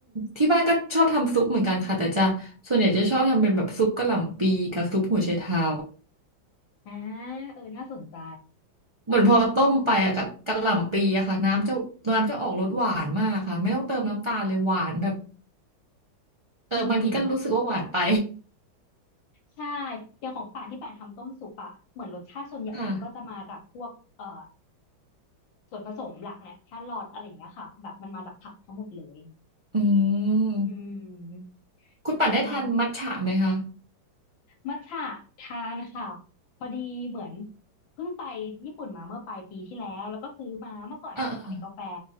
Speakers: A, on the right (about 40°); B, on the left (about 75°).
A: ที่บ้านก็ชอบทำซุปเหมือนกันค่ะแต่จะส่วนใหญ่จะชอบทำเป็นแบบซุปกะหล่ำปีกับซุปหัวไชเท้า
B: อ่าเออน่าสนใจ
A: เหมือนพอต้มไปอะกะกะหล่ำปีอะค่ะน้ำจะน้ำจะออกรสหวานมากค่ะไม่ต้องเติมน้ำตาลเลยหวานแบบเออบางทีก็รู้สึกว่าหวานไป
B: อืมใช่อย่างของป่านที่ป่านทำต้มซุปอะเหมือนรสชาติส่วนใหญ่มันก็จะมาจากพวกเอ่อ
A: <laughs> ค่ะ
B: ส่วนผสมหลักแหละแครอทอะไรอย่างเงี้ยค่ะแบบมันมาจากผักทั้งหมดเลย
A: อืม
B: อืม
A: คุณปั่นได้ทานมัทฉะไหมคะ
B: ใช่ มัทฉะทานค่ะพอดีเหมือนเพิ่งไปญี่ปุ่นมาเมื่อปลายปีที่แล้วแล้วก็ซื้อมาเมื่อก่อนจะเป็นสายกาแฟ
A: เออเออ